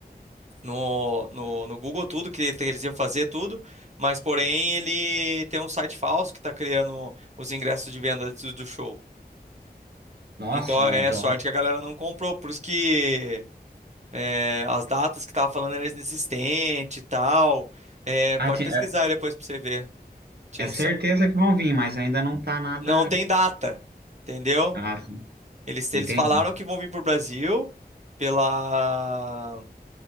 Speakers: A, on the right (about 40°); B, on the right (about 75°).
A: no, no, no Google tudo que te- eles iam fazer tudo, mas porém ele tem um site falso que está criando os ingressos de venda do do show.
B: Nossa,
A: Então
B: mas
A: é
B: então.
A: sorte que a galera não comprou, por isso que é, as datas que tava falando eram inexistentes e tal. É,
B: Ah,
A: pode
B: ti-
A: pesquisar
B: é,
A: aí depois para você ver. Tinha
B: é
A: um,
B: certeza
A: sa-
B: que vão vir, mas ainda não tá nada.
A: não tem data, entendeu?
B: Ah, sim,
A: Eles,
B: entendi.
A: eles falaram que vão vir pro Brasil pela